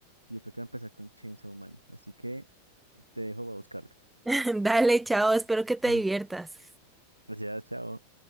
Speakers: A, on the right; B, in the centre.
A: Yo creo que voy a empezar con Chainsaw Man. Así que te dejo, voy a buscarlo.
B: <laughs> Dale, chao, espero que te
A: <laughs>
B: diviertas.
A: Gracias, chao.